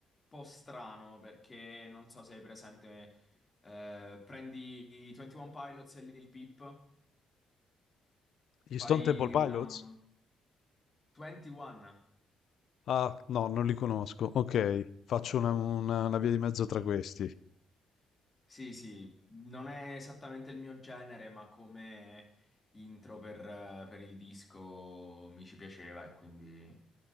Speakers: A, on the left (about 25°); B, on the left (about 65°).
A: po' strano perché non so se hai presente. eh, prendi i 21 Pilots e Lil Peep,
B: Gli
A: fai
B: Stone Temple Pilots?
A: una 21.
B: Ah, no, non li conosco. Ok, faccio una, una- una via di mezzo tra questi.
A: Sì, sì, non è esattamente il mio genere, ma come intro per, per il disco mi ci piaceva e quindi.